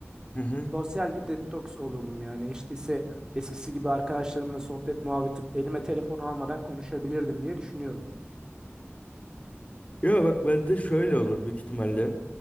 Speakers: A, on the left (about 30°); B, on the right (about 15°).
A: Hı hı.
B: Sosyal bir detoks olurdum yani. İşte ise eskisi gibi arkadaşlarımla sohbet muhabbeti elime telefonu almadan konuşabilirdim diye düşünüyorum.
A: Ya bak bende şöyle olur büyük ihtimalle.